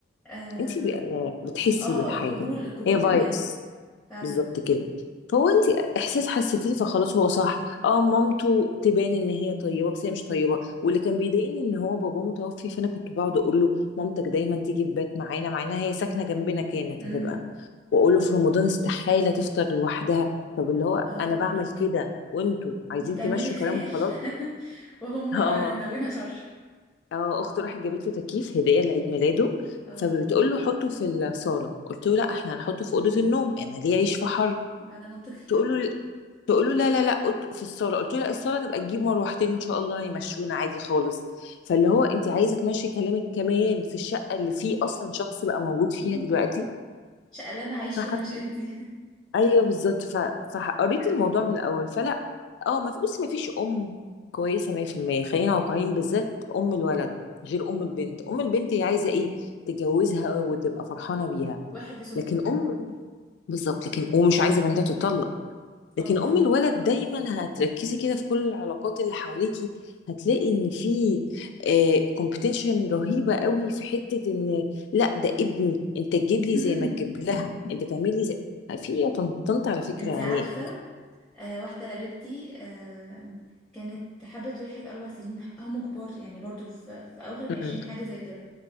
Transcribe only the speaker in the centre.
أم...
اه
القبول القبول
بيبان فعلا
امم
اه آه.
انتي بتعملي
خير
<laughs> وهم
ناويين شر
اه
ما ده منطقي
<laughs>
الشقة اللي انا هعيش
فيها مش انتي
اه
<laughs>
واحد يصون
اه طبعا
<laughs>
انتي
عارفة آه واحدة قريبتي آه كانت حبت واحد أربع سنين هم كبار يعني برضو في, في أواخر العشرين
حاجة زي كده